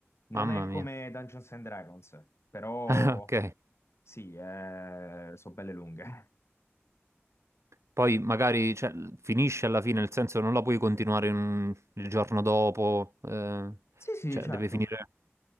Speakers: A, on the left; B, on the right.
A: Non
B: Mamma
A: è come
B: mia.
A: Dungeons and Dragons, però
B: <laughs> Ok.
A: sì, eh, sono belle lunghe.
B: Poi magari cioè, finisce alla fine, nel senso non la puoi continuare in un- il giorno dopo, eh,
A: Sì, sì,
B: cioè
A: certo.
B: deve finire.